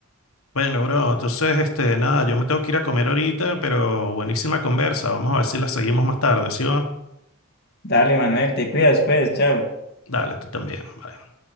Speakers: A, on the left; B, on the left.
A: Bueno, bro, entonces, este, nada, yo me tengo que ir a comer ahorita, pero buenísima conversa. Vamos a ver si la seguimos más tarde, ¿sí va?
B: Dale, Manuel, te cuidas, pues, chao.
A: Dale, tú también. Bye.